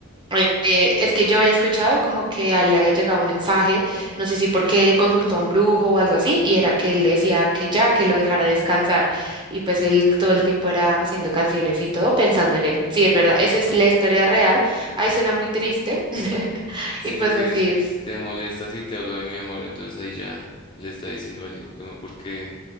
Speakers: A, on the right; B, on the left.
A: Eh, eh, es que yo había escuchado como que a él le había llegado un mensaje, no sé si porque consultó a un brujo o algo así, y era que él le decía que ya, que lo dejara descansar. Y pues él todo el tiempo era haciendo canciones y todo pensando en él. Sí, es verdad, esa es la historia real. Ahí suena muy triste. <laughs>
B: sí,
A: Y pues
B: porque
A: así
B: es,
A: es.
B: te molestas y te hablo de mi amor, entonces ahí ya le está diciendo al hijo que me, porque